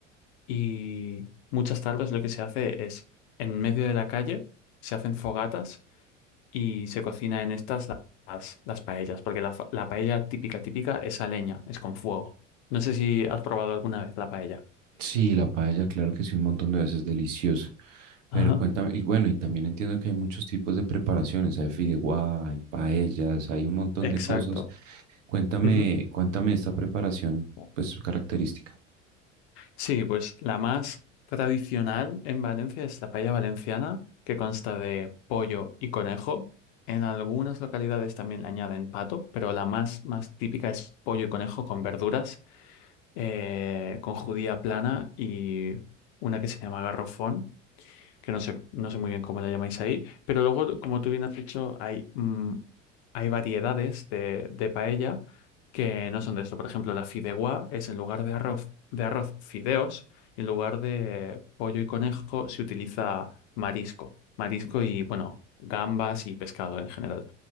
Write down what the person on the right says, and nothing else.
Sí, la paella, claro que sí, un montón de veces deliciosa. Pero
cuéntame, y bueno, y también entiendo que hay muchos tipos de preparaciones, hay fideuá, hay paellas, hay un montón
de cosas. Cuéntame,
cuéntame esta preparación,
pues su característica.